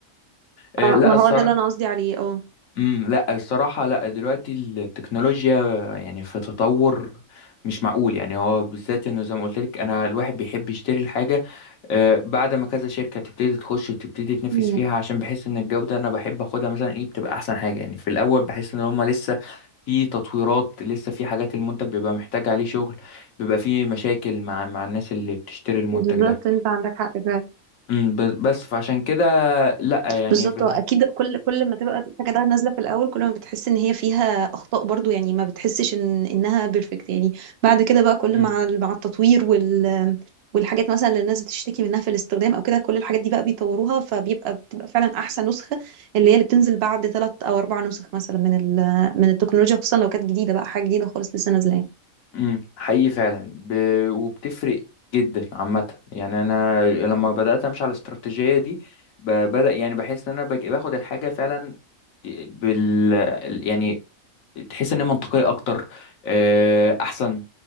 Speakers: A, on the left; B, on the right.
A: آه،
B: اه
A: لا
B: ما
A: الصراحة
B: هو ده اللي انا قصدي عليه اه
A: امم لا الصراحة لا دلوقتي التكنولوجيا يعني في تطور مش معقول يعني هو بالذات انه زي ما قلت لك انا الواحد بيحب يشتري الحاجة آه، بعد ما كذا شركة تبتدي تخش وتبتدي تنافس
B: مم.
A: فيها عشان بحس ان الجودة انا بحب اخدها مثلا ايه بتبقى احسن حاجة يعني في الاول بحس ان هما لسه في تطويرات لسه في حاجات المنتج بيبقى محتاج عليه شغل بيبقى في مشاكل مع مع الناس اللي بتشتري المنتج
B: بالظبط
A: ده
B: انت عندك حق فعلا
A: امم بس بس فعشان كده لا يعني
B: بالظبط
A: في ال...
B: هو اكيد كل كل ما تبقى الحاجه ده نازله في الاول كل ما بتحس ان هي فيها اخطاء برضو يعني ما بتحسش ان انها بيرفكت يعني بعد كده بقى كل
A: امم.
B: مع ال- مع التطوير وال والحاجات مثلا اللي الناس بتشتكي منها في الاستخدام او كده كل الحاجات دي بقى بيطوروها فبيبقى بتبقى فعلا احسن نسخه اللي هي اللي بتنزل بعد ثلاث او اربع نسخ مثلا من ال... من التكنولوجيا خصوصا لو كانت جديده بقى حاجه جديده خالص لسه نازله يعني.
A: امم حقيقي فعلا ب... وبتفرق جدا عامة يعني أنا لما بدأت أمشي على الاستراتيجية دي ب... بدأ يعني بحس إن أنا بج... باخد الحاجة فعلا بال يعني تحس إن هي منطقية أكتر آه، أحسن